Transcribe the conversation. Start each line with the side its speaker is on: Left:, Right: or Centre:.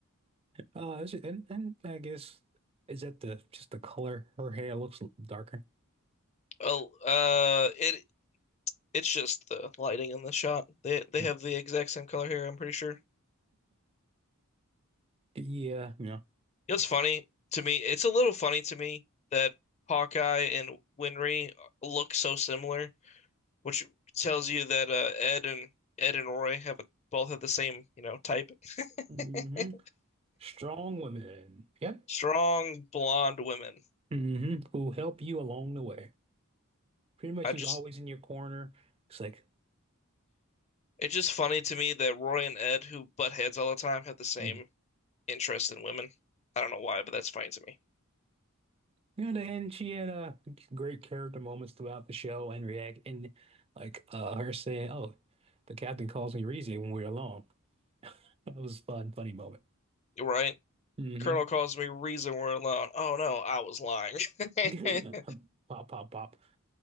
Right: Uh, is and and I guess is that the just the color? Her hair looks darker.
Left: Well, uh, it it's just the lighting in the shot. They they
Right: Yeah.
Left: have the exact same color hair. I'm pretty sure.
Right: Yeah. Yeah.
Left: It's funny to me. It's a little funny to me that Hawkeye and Winry look so similar, which tells you that uh, Ed and Ed and Roy have a, both have the same you know type.
Right: hmm
Left: <laughs>
Right: Strong women. Yep.
Left: Strong blonde women.
Right: hmm Who help you along the way. Pretty much,
Left: I
Right: who's
Left: just
Right: always in your corner. It's like.
Left: It's just funny to me that Roy and Ed, who butt heads all the time, have the same
Right: mhm.
Left: interest in women. I don't know why, but that's funny to me.
Right: You know, and she had uh, great character moments throughout the show and react and like uh, her saying, "Oh, the captain calls me Rize when we're alone." <laughs> That was a fun, funny moment.
Left: Right?
Right: hmm
Left: Colonel calls me reason we're alone. Oh no, I was lying. <laughs>
Right: <laughs> Pop, pop, pop.